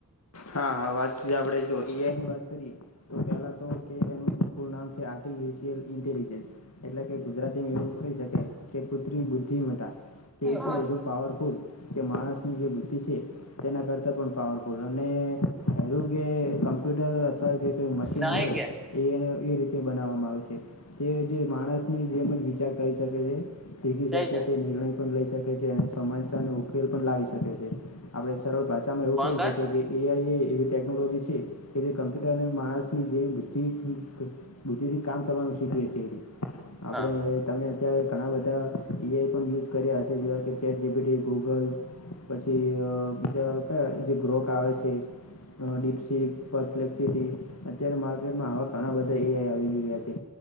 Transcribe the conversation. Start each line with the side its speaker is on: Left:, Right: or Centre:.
Left: હા હા વાત આપણેે જો એઆઈની વાત કરીએ તો પહેલા તો કે એનું પુરુ નામ છે, આર્ટિફિશયલ ઇન્ટેલિજન્સ એટલે કે ગુજરાતી એવું કહી શકાય કે કુત્રી બુદ્ધિમતા તે એટલું
Centre: વિશે?
Left: બધું પાવરફુલ કે માણસની જે બુદ્ધિ છે, તેના કરતાં પણ પાવર ને આરોગ્ય કમ્પ્યુટર અથવા જે કઈ મશીન
Centre: નાઈ
Left: હોય
Centre: ગયા
Left: એને એ રીતે તે બનાવવામાં આવ છે તે જે માણસની જેમ જ વિચાર કરી શકે છે. શીખી
Centre: જઈ
Left: શકે
Centre: જા.
Left: છે, નિર્ણય પણ લઈ શકે છે અને સમાનનો ઉકેલ પણ લાવી શકે છે. આપડ સરળ પાસે તમે એવું
Centre: ફોન
Left: કહી
Centre: કર
Left: શકે એ આઈ એ એવી ટેકનોલોજી છે કે જે કમ્પ્યુટર અને માણસ ની જેવી બુદ્ધિ બુદ્ધિ થી કામ કરવાનું શીખએ છે એ, આપડે
Centre: હા
Left: તમે અ ઘણા બધા ઈપણ યુઝ કર્યા હશે જેવા કે ચેટ જીપીટી, ગૂગલ પછી અ ક જે ગ્રોથ આવે છે તે. અ ડીપસી, પરફ્લેક્સિટી અત્યારે માર્કેટમાં આવા ઘણા બધા એ આઈ આવી ગયા છે.